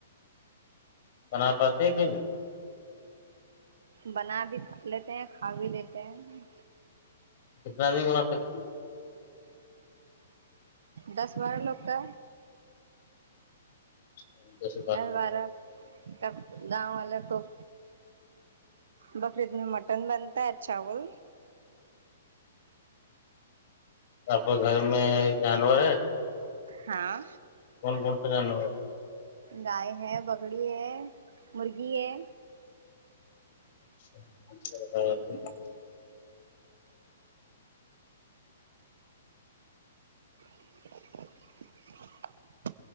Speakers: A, on the left; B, on the right.
A: بنا پاتے کہن
B: بنا بھی لیتے ہیں کھا بھی لیتے ہیں
A: کتنا د ہونا سلتی
B: دس بارہ لواک کا
A: ہے؟ دس
B: ڈل بارہ کا گاؤں والے خ بقرعید میں مٹن بنتا ہے چاول
A: آپ کو گھر میں جانور ہے
B: ہاں
A: فن کرتا جانا ہو
B: گائے ہے بکریی ہے مرغی ہے
A: <unintelligible>
B: <inaudible>